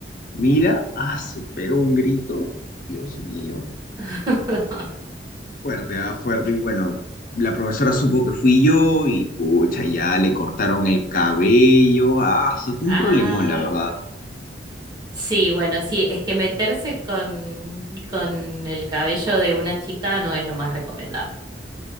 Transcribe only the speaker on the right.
<laughs>
Ah.
Sí, bueno, sí, es que meterse con, con el cabello de una chica no es lo más recomendable.